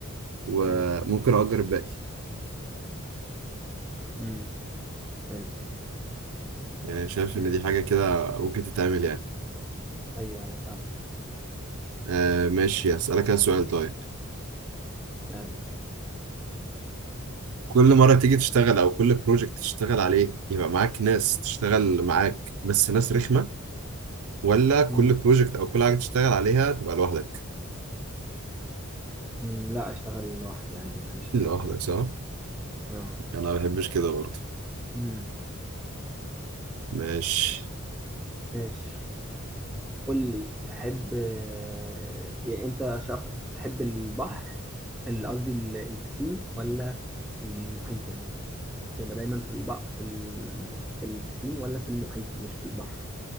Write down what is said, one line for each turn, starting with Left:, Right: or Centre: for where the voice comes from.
Right: وممكن
Centre: أيوة
Right: اجر الباقي
Centre: امم حلو
Right: يعني شايف
Centre: ماشي
Right: إن دي حاجة كده
Centre: سألني
Right: ممكن تتعمل يعني
Centre: أيوه أيوه فاهم
Right: آه ماشي أسألك أنا سؤال طيب
Centre: سألني
Right: كل مرة تيجي تشتغل أو كل بروجكت تشتغل عليه يبقى معاك ناس تشتغل معاك بس ناس رخمة ولا كل
Centre: امم
Right: بروجكت أو كل حاجة تشتغل عليها تبقى لوحدك
Centre: أمم، لا أشتغل لوحدي عندي ما بحبش
Right: لوحدك
Centre: أشتغل مع ناس
Right: صح؟
Centre: غيري. اه
Right: أنا ما بحبش كده برضه
Centre: امم
Right: ماشي
Centre: ماشي قول لي تحب آه، يعني أنت شخص تحب البحر ال- قصدي ال- البسين ولا المحيط يعني تبقى دايما في البحر في ال... في البسين ولا في المحيط مش في البحر